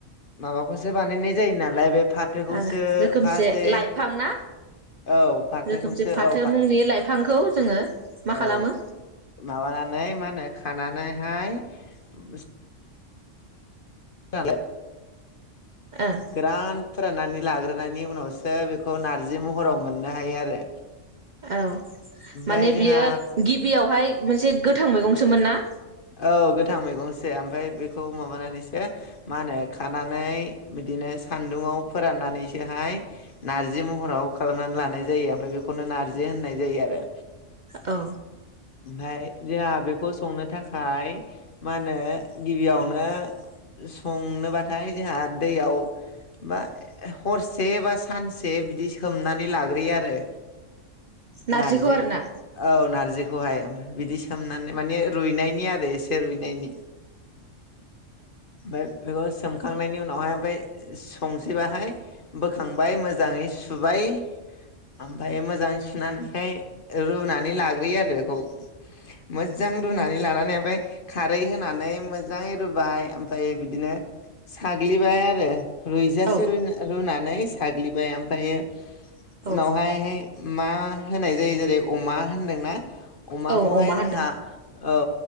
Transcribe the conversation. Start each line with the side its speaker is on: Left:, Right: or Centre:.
Left: माबाखौसो बानायनाय जायो नालाय बे फाथोखौसो
Right: ओ रोखोमसे
Left: फार्स्ट दे
Right: लाइफां ना
Left: औ फाथोखौसो
Right: रोखोमसे फाथो
Left: औ
Right: मुंनि लाइफ थांखौ जोङो मा खालामो
Left: औ माबानानै मा होनो खानानैहाय ब <inaudible>
Right: ओं
Left: गोरान फोराननानै लाग्रोनायनि उनावसो बेखौ नारजि महराव मोननो हायो आरो
Right: औ
Left: ओमफाय
Right: माने
Left: जोंहा
Right: बियो गिबियावहाय मोनसे गो थां मैगंसोमोन ना
Left: औ गोथां मैगंसो ओमफ्राय बेखौ माबानानैसो मा होनो खानानै बिदिनो सान्दुंआव फोराननानैसोहाय नारजि महराव खालामनानै लानाय जायो ओमफ्राय बेखौनो नार्जि होननाय जायो आरो
Right: औ
Left: ओमफ्राय जोंहा बेखौ संनो थाखाय थाखाय मा होनो गिबियावनो संनोबाथाय जोंहा दैयाव बा हरसे बा सानसे बिदि सोमनानै लाग्रोयो आरो
Right: नारजिखौ
Left: नारजि
Right: आरो ना
Left: औ नारजि हाय बिदि सोमनानै
Right: ओं
Left: माने रुइनाय नि आरो रसे रइनायनि मे बेखौ सोम सुखांनायनि उनावहाय ओमफ्राय संसैबाहाय बोखांबाय मोजाङै सुबाय ओमफ्राय मोजाङै सुनानैहाय रुनानै लाग्रोयो आरो बेखौ मोजां रुनानै
Right: उम
Left: ओमफाय खारै होनानै मोजाङै रुबाय ओमफाय बिदिनो साग्लिबाय आरो रुइजासे
Right: औ
Left: रइ रूना नै साग्लिबाय ओमफायो
Right: औ
Left: उनावहाय हाय मा होनाय जायो जेरै अमा होनदोंना अमाखौहाय
Right: औ अमा होनदों
Left: जोंहा औ